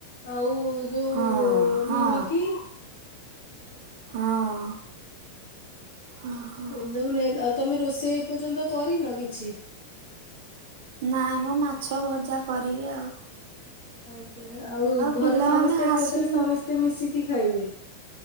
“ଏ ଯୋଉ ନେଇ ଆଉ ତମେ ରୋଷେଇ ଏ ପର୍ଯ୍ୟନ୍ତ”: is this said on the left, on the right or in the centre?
Left